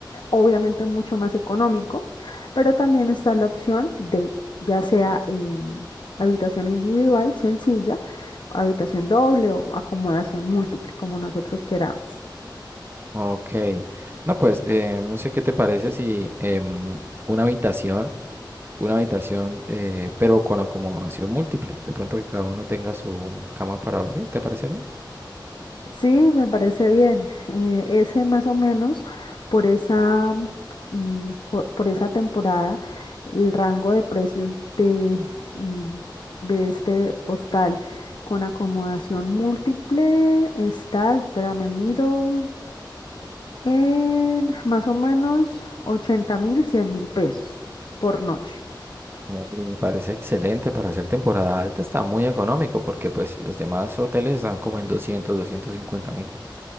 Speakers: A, on the left; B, on the right.
A: obviamente mucho más económico, pero también está la opción de ya sea em, habitación individual, sencilla, habitación doble o acomodación múltiple, como nosotros queramos.
B: Ok. No, pues eh, no sé qué te parece si em, una habitación, una habitación, eh, pero con acomodación múltiple. De pronto que cada uno tenga su cama para dormir. ¿Te parece bien?
A: Sí, me parece bien. Eh, ese más o menos por esa, eh, jo- por esa temporada, el rango de precios de, em, de este hostal con acomodación múltiple está, espérame, miro, en más o menos ochenta mil, cien mil pesos por noche.
B: Mm, Me parece excelente para hacer temporada alta, está muy económico porque pues los demás hoteles están como en doscientos, doscientos cincuenta mil.